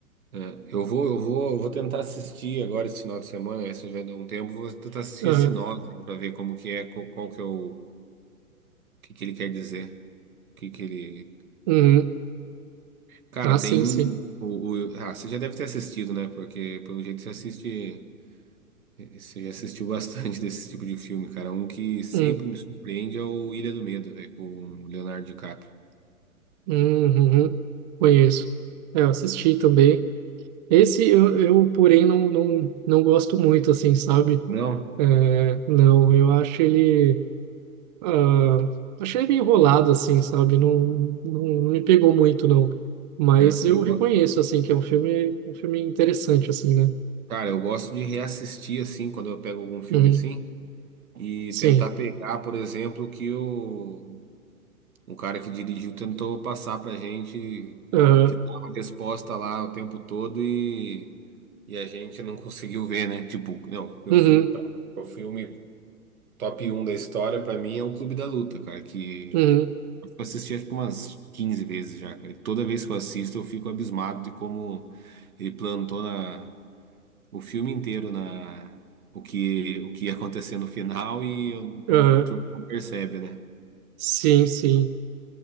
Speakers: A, on the right; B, on the right.
A: É, eu vou, eu vou, eu vou tentar assistir agora esse final de semana, esse já deu um tempo, vou tentar assistir
B: Aham.
A: esse nós aí pra ver como que é, qual, qual que é o, o que que ele quer dizer. que que ele...
B: Uhum.
A: Cara,
B: Ah,
A: tem
B: sim,
A: um...
B: sim.
A: O, o- Ah, você já deve ter assistido, né? Porque, pelo jeito, você assiste... Você já assistiu bastante <laughs> desse tipo de filme, cara. Um que sempre
B: Hum,
A: me surpreende é o Ilha do Medo, velho, com o Leonardo DiCaprio.
B: hum, uhum. Conheço. É, eu assisti também. Esse eu, eu porém, não, não, não gosto muito, assim, sabe?
A: Não,
B: É, não, eu acho ele. ah, achei ele meio enrolado, assim, sabe? Não, não, não me pegou muito, não. Mas
A: é, eu...
B: eu reconheço,
A: go-
B: assim, que é um filme, um filme interessante, assim, né?
A: Cara, eu gosto de reassistir, assim, quando eu pego algum filme
B: Uhum,
A: assim, e
B: sim.
A: tentar pegar, por exemplo, o que o... Um cara que dirigiu tentou passar pra gente
B: Ah,
A: que tá a resposta lá o tempo todo e... E a gente não conseguiu ver, né? Tipo, não, meu
B: uhum,
A: filme, pra, meu filme top um da história, pra mim, é o Clube da Luta, cara, que
B: uhum,
A: eu assisti acho que umas 15 vezes já, cara. E toda vez que eu assisto, eu fico abismado de como ele plantou na, o filme inteiro na, o que, o que ia acontecer no final e eu,
B: ah,
A: tu não percebe, né?
B: sim, sim.